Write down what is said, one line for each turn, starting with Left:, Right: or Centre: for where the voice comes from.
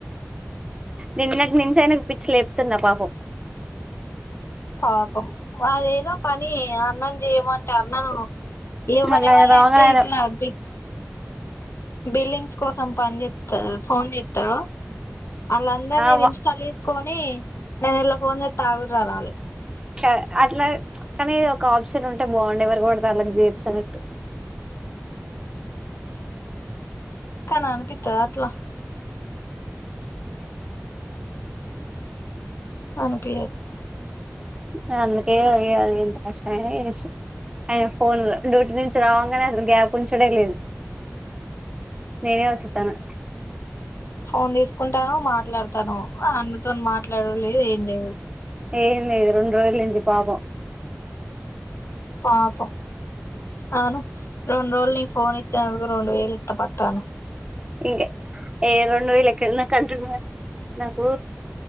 Right: నిన్నటినుంచి ఆయనకు పిచ్చి లేపుతున్నా పాపం
Left: పాపం అదేదో పని అన్నం చేయము అంటే అన్నను ఎవ్వరి
Right: మళ్ళీ ఆయన
Left: వల్ల
Right: రావంగనే
Left: అయితే
Right: ఆయన
Left: ఇట్లా బిత్ బిల్లింగ్స్ కోసం పని చేస్తారు ఫోన్ చేత్తారు వాళ్ళందరినీ
Right: ఆ
Left: ఇది
Right: వ
Left: ఇన్స్టాల్ చేసుకొని నేను ఇలా ఫోన్ చేత్తా ఆగుర్రి అనాలి
Right: హ అట్లా కానీ ఒక ఆప్షన్ ఉంటే బాగుండే ఎవరికి పడితే వాళ్ళకి చేసినట్టు
Left: కాని అనిపిత్తద అట్లా అనిపియ్యదు
Right: నేను అందుకే కద ఎంత కష్టమయినా చేస్తున్న ఆయన ఫోన్ డ్యూటీ నుంచి రావగానే అసలు గ్యాప్ ఉంచుడే లేదు నేనే వత్తుతన్న
Left: ఫోన్ తీసుకుంటాను మాట్లాడతాను అన్నతో మాట్లాడడం లేదు ఏం లేదు
Right: ఏంది ఇది రెండు రోజులు అయ్యింది పాపం
Left: పాపం అవును రెండు రోజులు నీ ఫోన్ ఇచ్చేందుకు రెండు వేలు పత్త పతను
Right: ఇంకా ఏ రెండు వేల ఎక్కడ నా కంట నాకు